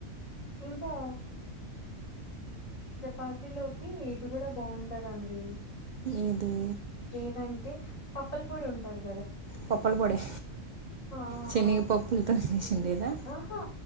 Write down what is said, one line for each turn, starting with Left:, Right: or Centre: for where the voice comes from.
Left: ఇంకా చపాతి లోకి ఇది కూడా బాగుంటదండి
Right: ఏది
Left: ఏదంట్ అే పప్పుల పొడి ఉంటుంది
Right: పప్పులు పొడే
Left: ఆ
Right: శనగ
Left: ఆ
Right: పప్పులతో చేసిండేదా
Left: ఆహా